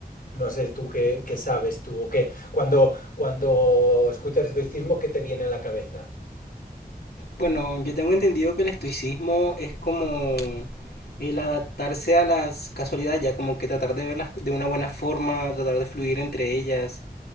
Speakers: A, on the left (about 60°); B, on the left (about 75°).
A: No sé tú qué, qué sabes tú o qué. Cuando, cuando escuchas estoicismo, ¿qué te viene a la cabeza?
B: Bueno, yo tengo entendido que el estoicismo es como el adaptarse a las casualidades, ya como que tratar de verlas de una buena forma, tratar de fluir entre ellas.